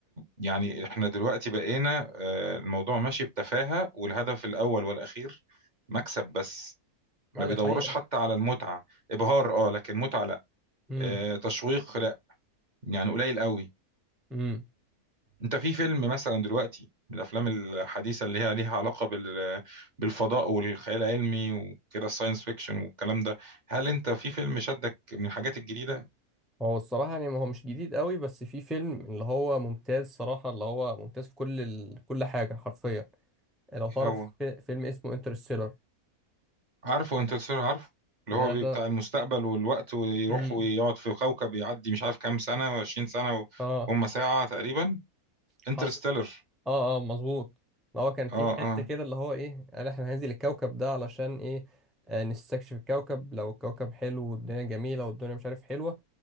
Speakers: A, on the right (about 35°); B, in the centre.
A: يعني احنا دلوقتي بقينا آه، الموضوع ماشي بتفاهة والهدف الأول والأخير مكسب بس ما
B: اه
A: بيدوروش
B: دي حقيقة
A: حتى على المتعة إبهار اه لكن متعة لا
B: امم
A: آه، تشويق لا يعني قليل قوي
B: مم.
A: انت في فيلم مثلا دلوقتي من الافلام الحديثه اللي هي ليها علاقه بال بالفضاء والخيال العلمي وكده الساينس فيكشن والكلام ده هل انت في فيلم شدك من الحاجات الجديده
B: هو الصراحة يعني ما هو مش جديد قوي بس في فيلم اللي هو ممتاز صراحة اللي هو ممتاز في كل ال... كل حاجة حرفيا لو تعرف
A: إيه هو
B: في فيلم اسمه انترستيلر
A: عارفه انترستيلر عارفه اللي هو
B: ده اه
A: بي-
B: ده
A: بتاع المستقبل والوقت ويروح
B: امم
A: ويقعد في كوكب يعدي مش عارف كام سنة وعشرين سنة
B: اه
A: وهم ساعة تقريبا انترستيلر
B: حاصل اه اه مظبوط ده هو كان في
A: اه
B: حتة
A: اه
B: كده اللي هو ايه قال احنا هننزل الكوكب ده علشان ايه آه نستكشف الكوكب لو الكوكب حلو والدنيا جميلة والدنيا مش عارف حلوة